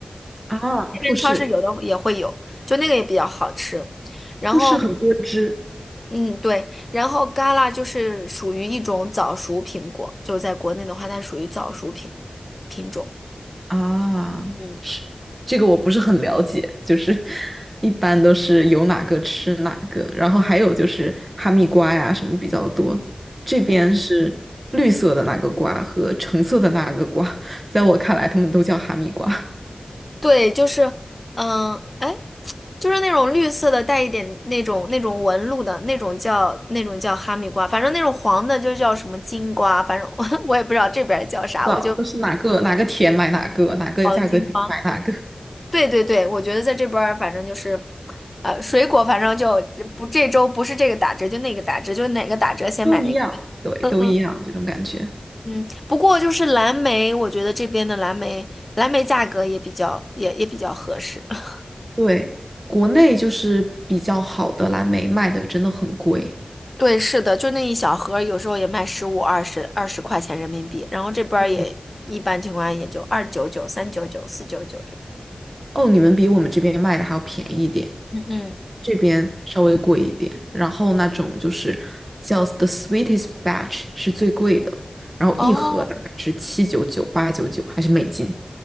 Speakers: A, on the right; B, on the left.
A: 啊，
B: 这边超市有的也会有，
A: 富士，
B: 就那个也比较好吃。然后，
A: 富士很多汁
B: 嗯，对，然后嘎啦就是属于一种早熟苹果，就在国内的话，它属于早熟品品种。
A: 啊。
B: 嗯
A: 这个我不是很了解，就是 <laughs> 一般都是有哪个吃哪个，然后还有就是哈密瓜呀什么比较多。这边是绿色的那个瓜和橙色的那个瓜，
B: 嗯，
A: 在我看来，他们都叫哈密瓜，<laughs>
B: 对，就是，嗯，哎，就是那种绿色的，带一点那种那种纹路的那种叫那种叫哈密瓜，反正那种黄的就叫什么金瓜，反正我 <laughs> 我也不知道这边儿叫啥，
A: 不知道都是哪个哪个甜买哪个，
B: 我就
A: 哪个价格低买哪个，
B: 黄金瓜。对对对，我觉得在这边儿反正就是，呃，水果反正就不这周不是这个打折就那个打折，就哪个打折先买哪个呗。
A: 都一样，对，
B: 嗯嗯
A: 都一样这种感觉。
B: 嗯，不过就是蓝莓，我觉得这边的蓝莓蓝莓价格也比较也也比较合适。<laughs>
A: 对，国内就是比较好的蓝莓卖的真的很贵
B: 对，是的，就那一小盒儿有时候也卖十五、二十、二十块钱人民币，然后这边儿也一般情况下也就二九九、
A: 嗯，
B: 三九九、四九九这种。
A: 哦，你们比我们这边卖的还要便宜一点。
B: 嗯嗯，
A: 这边稍微贵一点，然后那种就是叫 The Sweetest Batch 是最贵的，然后一盒大概是七九九、
B: 哦
A: 八九九，还是美金？